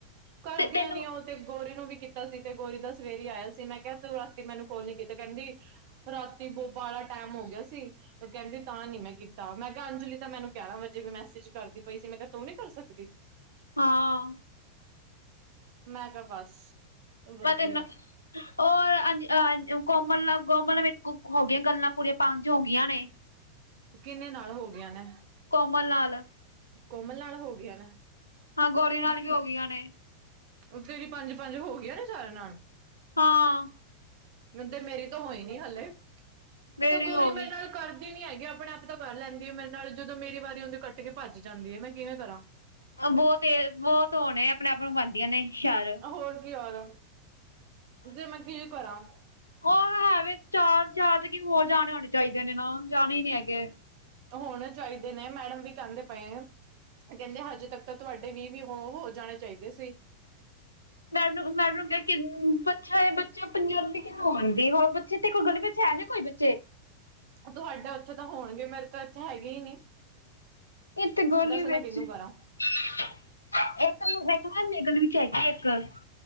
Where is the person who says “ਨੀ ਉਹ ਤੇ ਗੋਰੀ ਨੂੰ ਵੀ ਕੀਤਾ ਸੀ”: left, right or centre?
Right